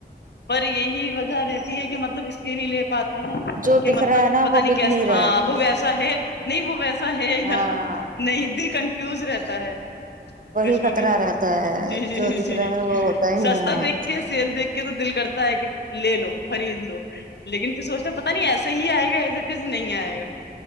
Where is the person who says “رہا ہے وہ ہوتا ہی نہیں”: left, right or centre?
Right